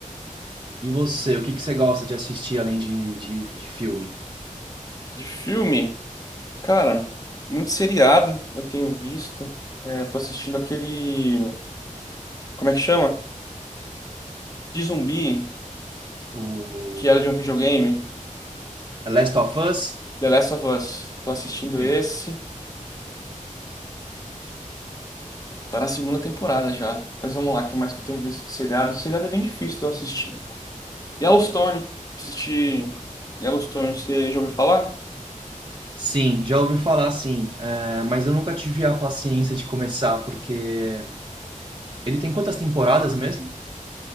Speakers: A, on the right; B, on the left.
A: E você, o que que você gosta de assistir além de de- de filme?
B: De filme. Cara, muito seriado eu tenho visto. É, tô assistindo aquele. Como é que chama? De zumbi,
A: O
B: que era de um videogame.
A: Last of Us?
B: The Last of Us. Tô assistindo
A: Bem,
B: esse. Tá na segunda temporada já. Mas vamos lá, o que mais que eu tenho visto de seriado? Seriado é bem difícil de eu assistir. Yellowstone. Assisti Yellowstone, você já ouviu falar?
A: Sim, já ouvi falar sim, eh, mas eu nunca tive a paciência de começar, porque ele tem quantas temporadas mesmo?